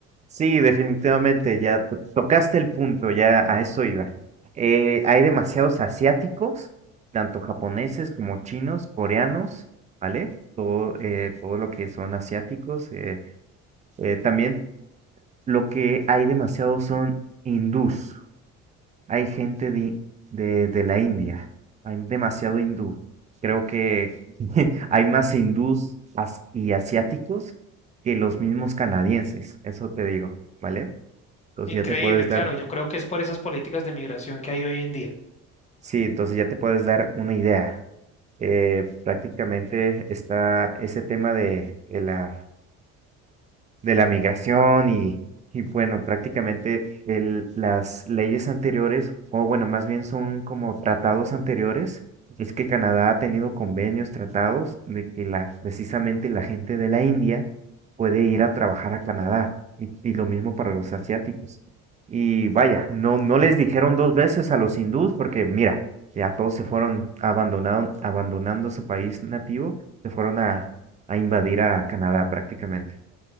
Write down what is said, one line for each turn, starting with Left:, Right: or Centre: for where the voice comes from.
Right: Sí, definitivamente, ya to- tocaste el punto, ya a eso iba. Eh, hay demasiados asiáticos, tanto japoneses como chinos, coreanos, ¿vale? Todo, eh, todo lo que son asiáticos. eh, eh, también lo que hay demasiado son hindús, Hay gente de, de, de la India, hay demasiado hindú. Creo que <laughs> hay más hindús as- y asiáticos que los mismos canadienses, eso te digo, ¿vale? Entonces
Left: Increíble,
Right: ya te puedes dar,
Left: claro, yo creo que es por esas políticas de migración que hay hoy en día.
Right: sí, entonces ya te puedes dar una idea. Eh, prácticamente está ese tema de, de la de la migración y, y bueno, prácticamente el- las leyes anteriores, o bueno, más bien son como tratados anteriores, es que Canadá ha tenido convenios, tratados de que la, precisamente la gente de la India puede ir a trabajar a Canadá y, y lo mismo para los asiáticos. Y vaya, no, no les dijeron dos veces a los hindús porque mira, ya todos se fueron abandonado, abandonando su país nativo, se fueron a, a invadir a Canadá prácticamente.